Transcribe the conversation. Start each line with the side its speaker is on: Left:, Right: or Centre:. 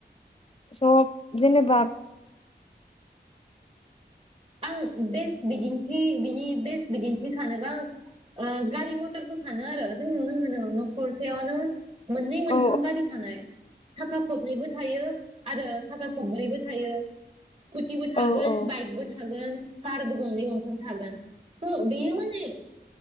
Left: स' जेनेबा
Right: आं बेस्ट बिदिन्थि बिनि बेस्ट बिदिन्थि सानोबा आं ओ गारि मथरखौ सानो आरो जों नुनो मोनो न'खरसेयावनो मोननै मोनथाम
Left: औ
Right: गारि थानाय। साखा खबनैबो थायो आरो साखा खबब्रैबो थायो। स्कुटिबो थागोन
Left: औ औ
Right: बाइकबो थागोन कारबो गंनै गंथाम थागोन त' बेयो माने